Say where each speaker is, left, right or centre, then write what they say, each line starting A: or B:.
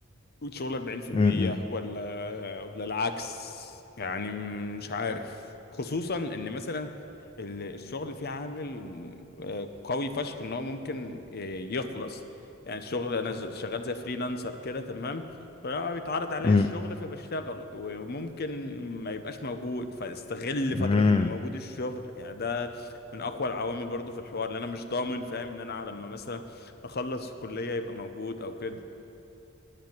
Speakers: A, on the left (about 50°); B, on the left (about 25°).
A: وتشغل 40%
B: مم،
A: ولا ولا العكس يعني مش عارف خصوصا ان مثلا ال- الشغل فيه عامل آه، قوي فشخ ان هو ممكن آه، يخلص يعني الشغل انا ز- شغال زي فريلانسر كده تمام فبيتعرض عليا
B: مم،
A: الشغل فبشتغله وممكن ما يبقاش موجود فاستغل
B: مم.
A: فترة ان موجود الشغل يعني ده من اقوى العوامل برضو في الحوار اللي انا مش ضامن فاهم ان انا لما مثلا اخلص الكلية يبقى موجود او كده